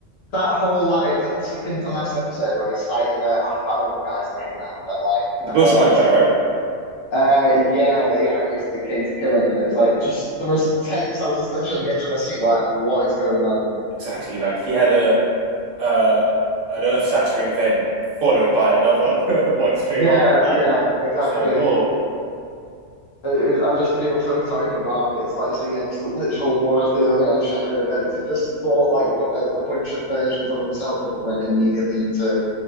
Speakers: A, on the left; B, on the right.
A: that whole like that second to last episode when he's fighting. Uh, I can't remember the guy's name now, but like
B: The
A: the
B: Bilchamite
A: whole episode
B: guy, right?
A: Uh, yeah, yeah, it it came to kill him, and it was like just the most intense. I was just literally on the edge of my seat, like, what is going on?
B: Exactly. Like he had a uh an earth shattering event followed by another <laughs> one straight
A: Yeah,
B: off.
A: yeah, exactly.
B: It's like whoa.
A: It it was, I just feel so sorry for Mark. It's like you say, yeah, just literal one after the other, shattering events. He just fought like but a, a bunch of versions of himself, and then went immediately into